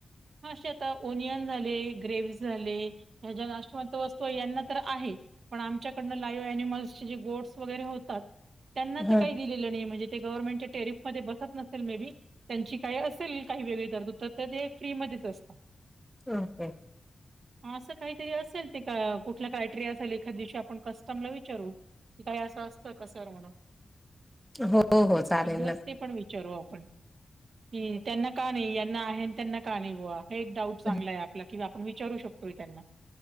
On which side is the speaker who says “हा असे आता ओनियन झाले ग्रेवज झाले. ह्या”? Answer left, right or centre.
Right